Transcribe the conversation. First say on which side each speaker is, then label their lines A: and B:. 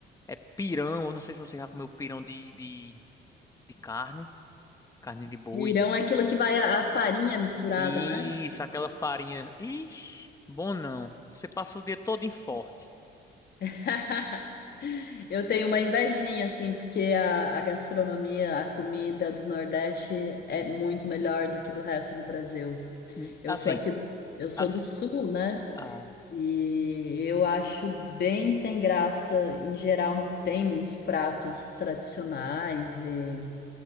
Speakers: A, on the left; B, on the left.
A: É pirão, eu não sei se você já comeu pirão de, de, de carne, carne de boi.
B: Pirão é aquilo que vai a, a farinha misturada,
A: Isso,
B: né?
A: aquela farinha. Ixi, bom não. Você passa o dia todo em forte.
B: <laughs> Eu tenho uma invejinha, assim, porque a, a gastronomia, a comida do Nordeste é muito melhor do que do resto do Brasil.
A: Hum,
B: Eu
A: Assim,
B: sou aqui do, eu sou
A: a,
B: do Sul, né?
A: a,
B: E eu acho bem sem graça. Em geral, não tem muitos pratos tradicionais e